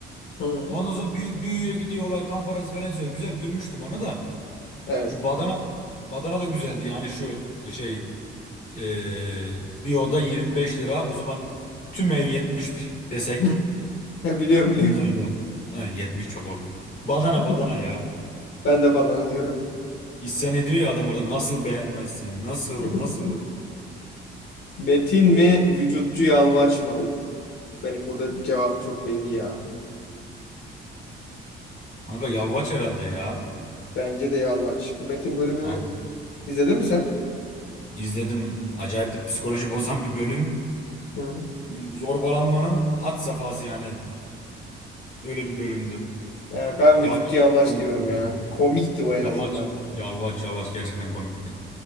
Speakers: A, on the left; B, on the left.
A: Hı.
B: Ondan sonra büyü- büyüyor gidiyor olay kan parası falan söylüyor. Güzel gülmüştüm ona da.
A: Evet.
B: Şu badana badana da güzeldi yani şu şey eee, bir oda 25 lira. O zaman tüm ev 70 desek.
A: Hı. <laughs> Biliyorum biliyorum.
B: Ondan sonra Yok. Ha, 70 çok olur. Badana
A: <laughs>
B: badana ya.
A: Ben de badana diyorum.
B: İsyan ediyor ya adam orada nasıl beğenmezsin? Nasıl
A: <laughs>
B: nasıl?
A: Metin mi, vücutçu yalvaç mı? Of, benim burada cevabım çok belli ya.
B: Kanka yalvaç herhalde ya.
A: Bence de yalvaç. Bu Metin bölümünü
B: Abi
A: izledin mi sen?
B: izledim. Acayip de psikoloji <laughs> bozan bir bölüm.
A: Hı. hı.
B: Yani zorbalanmanın had safhası yani. Öyle bir bölümdü.
A: Ee, ben
B: Yalvaç
A: vücutçu yalvaç
B: çok komikti
A: diyorum
B: ya.
A: ya. Komikti o en
B: Yalvaç.
A: azından.
B: Yalvaç, Yalvaç gerçekten komikti.